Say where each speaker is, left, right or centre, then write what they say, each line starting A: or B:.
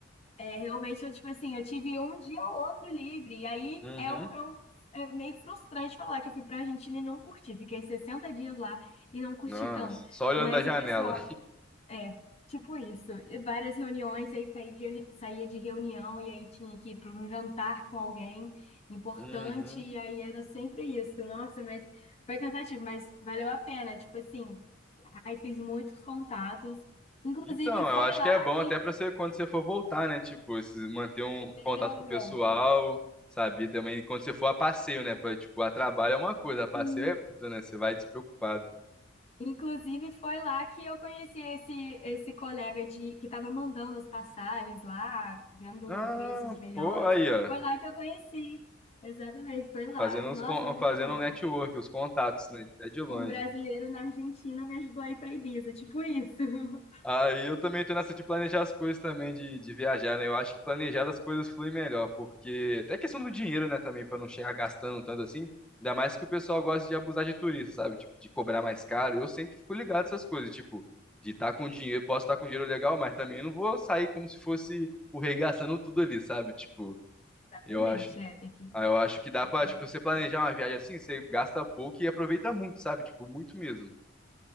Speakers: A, on the left (about 30°); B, in the centre.
A: É realmente, eu, tipo assim, eu tive um dia ou outro livre. E aí
B: Uhum.
A: é, um, é, um- é meio frustrante falar que eu fui pra Argentina e não curti. Fiquei 60 dias lá e não curti
B: Nossa,
A: tanto.
B: só olhando
A: Mas
B: da janela.
A: o pessoal, é, tipo isso. E Várias reuniões, e aí saí de- saía de reunião e aí tinha que ir para um jantar com alguém importante.
B: Uhum.
A: E aí era sempre isso. Nossa, mas foi cansativo, mas valeu a pena. Tipo assim, aí fiz muitos contatos. Inclusive,
B: Então,
A: foi
B: eu acho
A: lá
B: que é bom
A: que.
B: até pra você, quando você for voltar, né? Tipo, esses- manter um
A: é,
B: contato com o pessoal, sabe? E Também quando você for a passeio, né? Pra, tipo, a trabalho é uma coisa, a passeio
A: sim,
B: é outra, né? Você vai despreocupado.
A: Inclusive, foi lá que eu conheci esse, esse colega de que estava mandando as passagens lá, vendo
B: Ah,
A: preços melhores.
B: pô, aí, ó.
A: Foi lá que eu conheci. Exatamente, foi lá.
B: Fazendo uns,
A: Nossa,
B: con-
A: muito
B: fazendo
A: bom.
B: um network, os contatos, né? Até de longe.
A: Um brasileiro na Argentina me ajudou a ir para Ibiza, tipo isso. <laughs>
B: Aí eu também tô nessa de planejar as coisas também, de, de viajar, né? Eu acho que planejar as coisas flui melhor, porque até questão do dinheiro, né, também, pra não chegar gastando tanto assim. Ainda mais que o pessoal gosta de abusar de turista, sabe? Tipo, de cobrar mais caro. Eu sempre fico ligado nessas coisas, tipo, de estar com dinheiro, posso estar com dinheiro legal, mas também não vou sair como se fosse o rei gastando tudo ali, sabe? Tipo,
A: Exatamente,
B: eu acho
A: é, tem que.
B: Ah, eu acho que dá
A: tem
B: pra,
A: que-
B: tipo, você planejar uma viagem assim, você gasta pouco e aproveita muito, sabe? Tipo, muito mesmo.